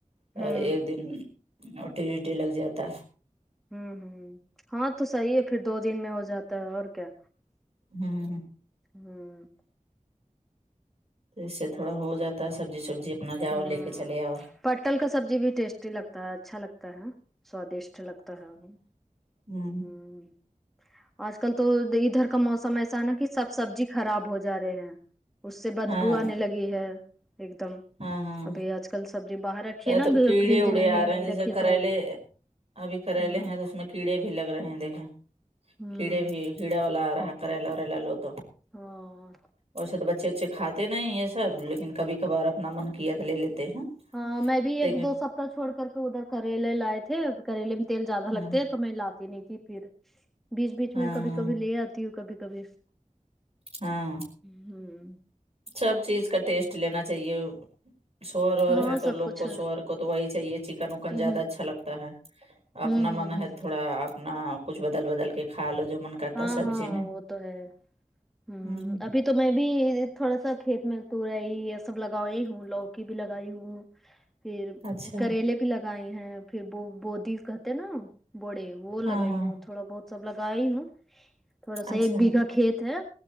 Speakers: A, on the right; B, in the centre.
A: ہے
B: ہوں
A: ایک دن ٹیوزڈے لگ جاتا
B: ھمم ھمم ہاں تو صحیح ہے پھر دو دن میں ہو جاتا ہے اور کیا
A: ھمم
B: ہوں
A: اس سے تھوڑا ہو جاتا ہے سبجی سبجی اپنا جاؤ
B: ہ
A: لے کے چلے آؤ
B: پٹل کا سبزی بھی ٹیسٹی لگتا ہے اچھا لگتا ہے سوادشٹ لگتا ہے انہیں
A: ہوں
B: ہمم آج کل تو ڈا ادھر کا موسم ای سا نا کہ سب سبجی خراب ہو جا رہے ہیں اس سے بدبو
A: ہاں
B: آنے لگی ہے ایک دم
A: ہاں ہاں
B: ابھی آج کل سبزی باہر رکھیے نہ
A: تو کیڑے
B: فریج
A: اڑے آ
B: میں
A: رہے
B: نہیں
A: ہیں جیسے
B: رکھیے
A: کریلے
B: تو
A: ابھی کریلے
B: ہوں
A: ہیں اس میں کیڑے بھی لگ رہے ہیں دیکھے
B: ہوں
A: کیڑے بھی کیڑا والا آرہا کریلا وریلا لو تو
B: ہاں
A: ویسے تو بچے اچھے کھاتے نہیں یہ سب لیکن کبھی کبار اب اپنا من کیا تو لے لیتے ہیں
B: ہاں میں بھی
A: دیکھیں
B: ایک دو سپتہ چھوڑ کر کے ادھر کریلے لائے تھے کریلے میں تیل زیادہ لگتے
A: ہاں
B: ہے تو میں لاتی نہیں پھر بیچ بیچ
A: ہاں
B: میں کبھی
A: ہاں
B: کبھی لے آتی ہوں کبھی کبھی
A: ہاں
B: ہممم
A: سب چیز کا ٹیسٹ لینا چاہیے شوہر اور
B: ہاں
A: ہے تو
B: سب
A: لوگ
B: کچھ
A: کو
B: ہ
A: شوہر کو تو وہی چاہیے چکن وکن
B: ہ
A: زیادہ اچھا لگتا ہے
B: ہ
A: اپنا من
B: ہ
A: ہے تھوڑا اپنا کچھ بدل بدل کے کھا لو جو من کرتا
B: ہاں
A: ہے سبزی
B: ہاں
A: میں
B: وہ تو ہے ہوں
A: ہمم
B: ابھی تو میں بھی تھوڑا سا کھیت میں تورہائی یہ سب لگائی ہوں لوکی بھی لگائی ہوں پھر
A: اچھا
B: کریلے بھی لگائی ہیں پھر وہ بودی کہتے نا بوڑے وہ لگائی
A: ہاں ہاں
B: ہوں تھوڑا بہت سب لگائی ہوں تھوڑا سا
A: اچھا
B: ایک بیھہ کھیت ہے